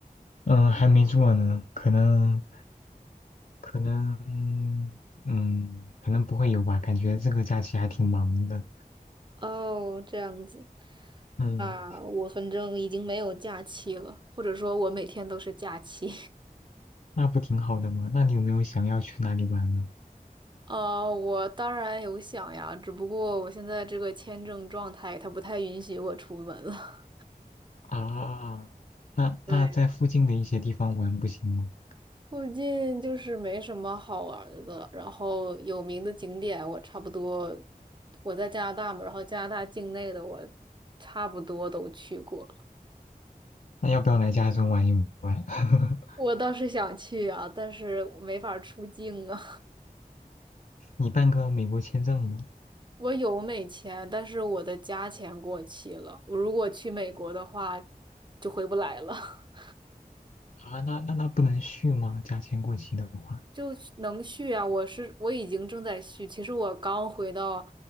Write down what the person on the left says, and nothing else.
嗯、还没做呢，可能，可能，嗯，可能不会有吧，感觉这个假期还挺忙的，
嗯，
那不挺好的吗？那你有没有想要去哪里玩呢？
啊，那那在附近的一些地方玩不行吗？
那要不要来加州玩一玩？<laughs>
你办个美国签证吗？
啊，那那那不能续吗？假签过期的话，